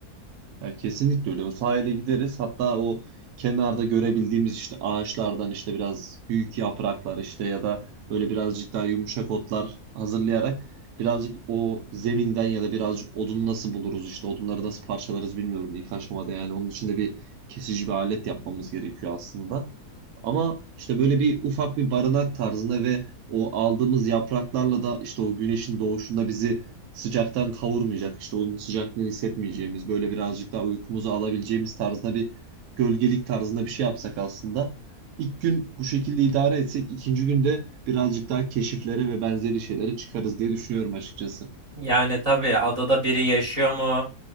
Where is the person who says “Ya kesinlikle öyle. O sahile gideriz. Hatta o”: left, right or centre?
Right